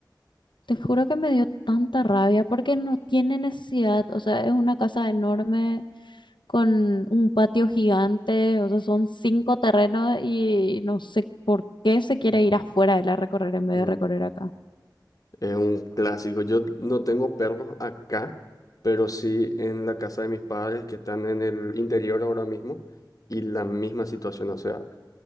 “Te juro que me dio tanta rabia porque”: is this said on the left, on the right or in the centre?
Left